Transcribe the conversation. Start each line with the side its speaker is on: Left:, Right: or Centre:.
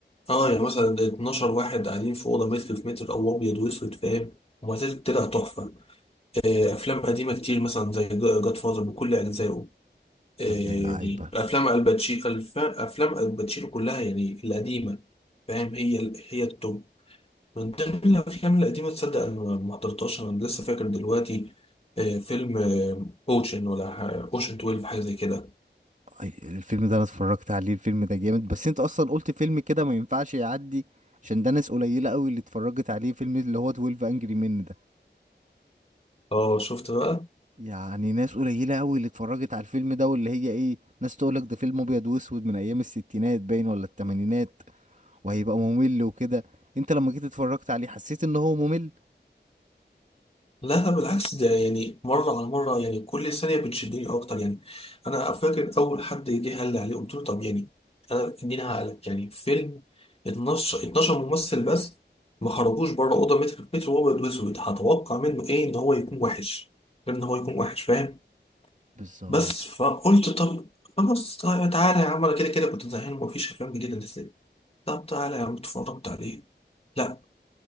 Left: اه يعني مثلا 12 واحد قاعدين في اوضه متر في متر او ابيض واسود فاهم وما زالت طلع تحفه آه، افلام قديمه كتير مثلا زي جاد فازر بكل اجزائه آه،
Right: يا ابن اللعيبة
Left: يعني افلام الباتشينو الف- افلام الباتشينو كلها يعني القديمه فاهم هي ال- هي التوب من ضمن الافلام القديمه تصدق انا ما ما حضرتهاش انا لسه فاكر دلوقتي آه، فيلم اوشن ولا اوشن 12 حاجه زي كده
Right: أي- الفيلم ده أنا اتفرجت عليه الفيلم ده جامد بس أنت أصلا قلت فيلم كده ما ينفعش يعدي عشان ده ناس قليلة قوي اللي اتفرجت عليه فيلم اللي هو 12 أنجري مين
Left: اه شفت بقى
Right: يعني ناس قليلة أوي اللي اتفرجت على الفيلم ده واللي هي إيه ناس تقولك ده فيلم أبيض وأسود من أيام الستينات باين ولا التمانينات وهيبقى ممل وكده أنت لما جيت اتفرجت عليه حسيت إن هو ممل
Left: لا لا بالعكس ده يعني مرة على مرة يعني كل ثانية بتشدني أكتر يعني أنا فاكر أول حد جه قال لي عليه قلت له طب يعني أنا إديني هقلك يعني فيلم 12 12 ممثل بس ما خرجوش بره أوضة متر في متر وهو أبيض وأسود هتوقع منه إيه إن هو يكون وحش غير إن هو يكون وحش فاهم
Right: بالظبط
Left: بس فقلت طب خلاص طيب تعالى يا عم أنا كده كده كنت زهقان ومفيش أفلام جديدة نزلت طب تعالى يا عم اتفرجت عليه لا